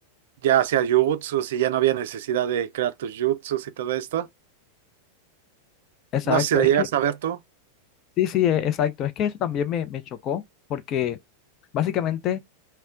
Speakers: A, on the right (about 55°); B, on the left (about 35°).
A: ya hacía jutsus y ya no había necesidad de crear tus jutsus y todo esto.
B: exacto.
A: No sé si la
B: Es
A: llegas
B: que,
A: a ver tú.
B: sí, sí, e- exacto. Es que eso también me, me chocó porque básicamente